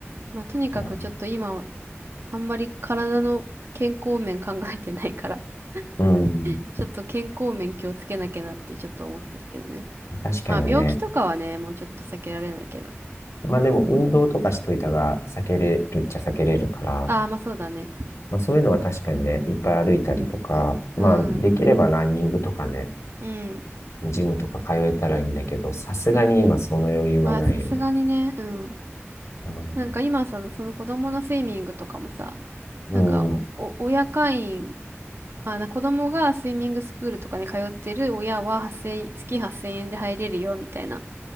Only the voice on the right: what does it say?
まあとにかくちょっと今、
あんまり体の健康面考えてないから
ちょっと健康面気をつけなきゃなってちょっと思ってるけどね。
まあ病気とかはね、もうちょっと避けられないけど。
ああ、まあそうだね。
うん。
うん。
うん。うん。まあさすがにね、うん。
なんか今その、その子供のスイミングとかもさ、
なんかお、お親会員、あ、な子供がスイミングスクールとかに通ってる親は8 0 0月8000円で入れるよみたいな、